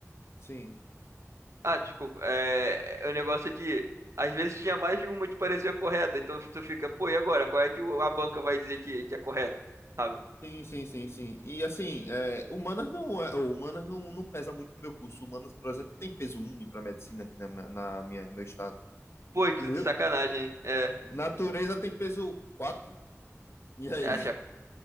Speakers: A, on the left; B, on the right.
A: sim,
B: ah, desculpa, é, é, o negócio é que às vezes tinha mais de uma que parecia correta, então tu fica, pô, e agora? Qual é que o- a banca vai dizer que, que é correta, sabe?
A: sim, sim, sim, sim. E assim, é, humanas não é, ou humanas não, não pesa muito no meu curso. Humanas, por exemplo, tem peso um para medicina aqui na, minha- na minha meu estado,
B: Pô,
A: entendeu?
B: que sacanagem, hein? É,
A: Natureza tem peso quatro E aí?
B: é, acho,